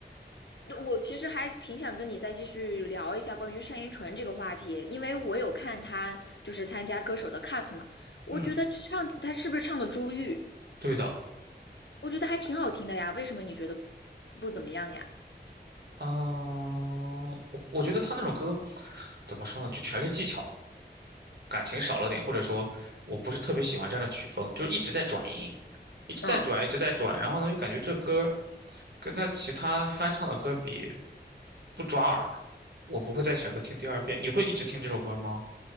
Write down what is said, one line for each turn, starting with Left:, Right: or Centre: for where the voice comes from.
Left: 我其实还挺想跟你再继续聊一下关于单依纯这个话题，因为我有看她就是参加歌手的 cut 嘛，我觉得唱她是不是唱的《珠玉》，
Right: 嗯，<laughs> 对的，
Left: 我觉得还挺好听的呀，为什么你觉得不怎么样呀？
Right: 嗯、我我觉得她那首歌怎么说呢，就全是技巧，感情少了点，或者说我不是特别喜欢这样的曲风，就是一直在转音，一直在转，
Left: 嗯，
Right: 一直在转，然后呢又感觉这歌跟她其他翻唱的歌比不抓耳，我不会再选择听第二遍。你会一直听这首歌吗？